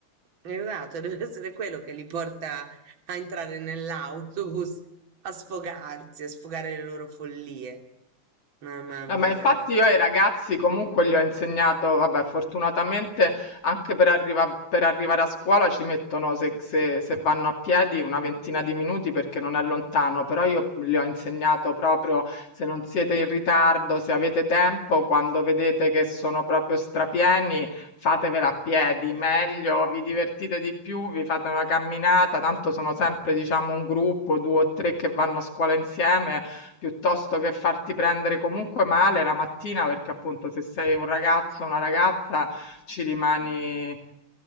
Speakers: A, on the right; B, on the left.
A: Esatto, deve essere quello che li porta a entrare nell'autobus, a sfogarsi, a sfogare le loro follie. Mamma mia,
B: No, ma infatti
A: guarda.
B: io ai ragazzi comunque gli ho insegnato, vabbè, fortunatamente anche per, arriva- per arrivare a scuola ci mettono, se, se- se vanno a piedi, una ventina di minuti perché non è lontano, però io gli ho insegnato proprio se non siete in ritardo, se avete tempo, quando vedete che sono proprio strapieni, fatevela a piedi, meglio, vi divertite di più, vi fate una camminata, tanto sono sempre, diciamo, un gruppo, due o tre che vanno a scuola insieme piuttosto che farti prendere comunque male la mattina, perché appunto se sei un ragazzo o una ragazza ci rimani.